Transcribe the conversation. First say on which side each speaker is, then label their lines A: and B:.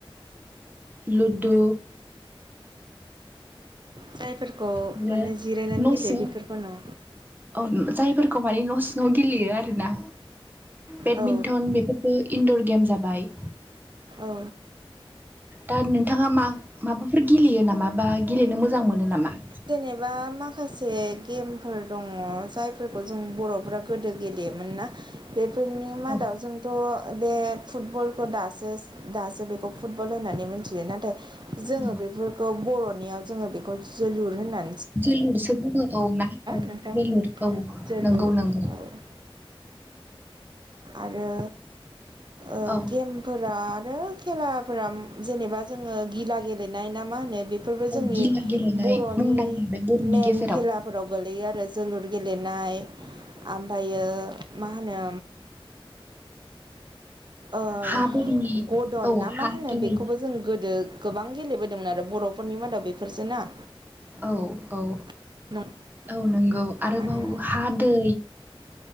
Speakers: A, on the right; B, on the right.
A: लुदु
B: जायफोरखौ
A: आरो
B: माने जिरायनानै
A: न'
B: गेलेयो
A: सिङाव
B: बेफोरखौनो
A: औ जायफोरखौ माने न' सिङाव गेलेयो आरोना बेडमिन्टन
B: औ
A: बेफोर इनन्दर गेम जाबाय
B: ओ
A: दा नोंथाङा माबाफोर गेलेयो नामा बा गेलेनो मोजां मोनो नामा?
B: जेनेबा माखासे गेमफोर दङ जायफोरखौ जों बर'फ्रा गोदो गेलेयोमोन। मोनना? बेफोरनि मादाव
A: औ
B: जोंथ' बे फुटबलखौ दासो दासो बेखौ फुटबल होननानै मि मिथियो नाथाय जोङो
A: औ
B: बेफोरखौ बर'नियाव जोङो बेखौ जोलुर होननानै
A: जोलुरसो बुङो औ ना औ
B: नोंथां
A: जोलुर औ
B: जोलुर
A: नोंगौ नोंगौ <inaudible>
B: औ आरो ओ
A: औ
B: गेमफोरा रो खेलाफोरा जेनेबा जोङो गिला गेलेनायना मा होनो बेफोरबो
A: औ
B: जोंनि
A: गिला गेलेनाय
B: बर'नि
A: मुंदांखा बे बर'नि
B: मेन
A: गेजेराव
B: खेलाफोराव गोलैयो आरो जोलुर गेलेनाय आमफायो मा होनो ओ
A: हा बोरि
B: गदन
A: औ
B: ना
A: हा
B: मा होनो
A: दै
B: बेखौबो जों गोदो गोबां गेलेबोदोंमोन आरो बर'फोरनि मादाव बेफोरजों ना
A: औ औ
B: <unintelligible>
A: औ नंगौ आरोबाव
B: आरो
A: हा दै